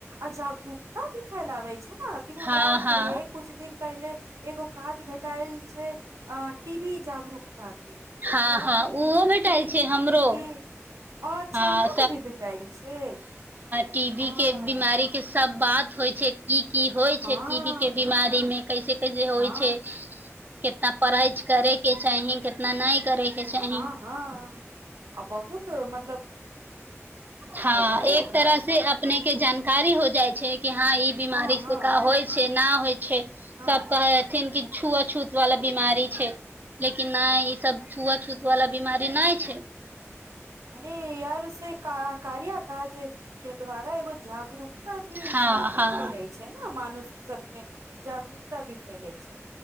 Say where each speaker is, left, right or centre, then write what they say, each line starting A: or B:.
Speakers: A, on the right (about 80°); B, on the right (about 40°).
A: आजगरूकता फैलाबै छै ह न अभी हमरा
B: हँ
A: आरके
B: हँ
A: कुछ दिन पहिले एगो काज भेटएल छै अ टी बी जागरूकता के
B: हँ
A: ओकरा हमे
B: हँ ओहो
A: टी बी
B: भेटाइ
A: के बीमारी
B: छै हमरो
A: के अच्छा
B: हँ
A: अहाँके भी भेटायल छै
B: टी बी
A: अ हँ
B: के बीमारीके सब बात होइ छै क की होइ
A: हँ
B: छै टी बी के बिीमारी मे कैसे कैसे होइ
A: आ
B: छै कितना पढ़े करे के चाही कितना नहि करे के चाही
A: हँ हँ आ बहुत म
B: हँ
A: भाय
B: एक
A: ओकरा
B: तरह
A: आर
B: से अपने के जानकारी हो जाइ छै कि हँ ई बीमारी
A: हँ
B: से
A: हँ
B: होइ छै ना होइ छै
A: हँ
B: सब कहैथिन कि छुआछूत वाला बीमारी छै लेकिन नहि ई सब छुआछूत वाला बीमारी देनाइ छै
A: मने यार से कार्य काज के द्वारा एगो जागरूकता भी इंसान
B: हँ
A: मे
B: हँ
A: फैले छै ने मानुष्य सब मे जागरूकता भी फैलै छै